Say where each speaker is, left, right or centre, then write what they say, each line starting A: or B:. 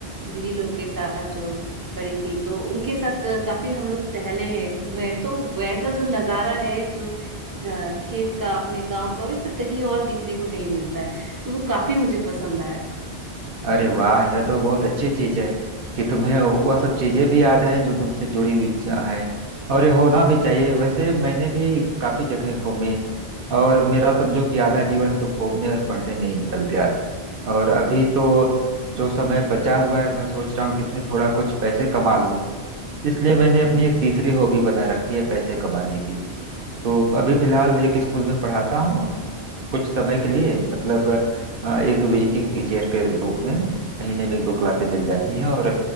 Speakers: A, on the right (about 25°); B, on the right (about 60°).
A: दीदी लोग के साथ जो बड़ी थी तो उनके साथ काफी हम लोग टहले हैं घूमे हैं। तो वैसा जो नजारा है जो अ, खेत का अपने गांव का वैसा कहीं और दिखने को नहीं मिलता है तो वो काफी मुझे पसंद आया
B: अरे वाह यह तो बहुत अच्छी चीज है कि तुम्हें वह सब चीजें भी याद हैं जो तुमसे जुड़ी हुई च- हैं और ये होना भी चाहिए वैसे मैंने भी काफी जगह घूमी और मेरा समझो कि आधा जीवन तो घूमने और पढ़ने में ही निकल गया और अभी तो जो समय बचा हुआ है मैं सोच रहा हूँ कि इसमें थोड़ा कुछ पैसे कमा लूं इसलिए मैंने अपनी एक तीसरी हॉबी बना रखी है पैसे कमाने की तो अभी फिलहाल एक स्कूल में पढ़ाता हूँ कुछ समय के लिए मतलब अ, एक विजिटिंग टीचर के रूप में महीने में एक दो क्लासें मिल जाती हैं और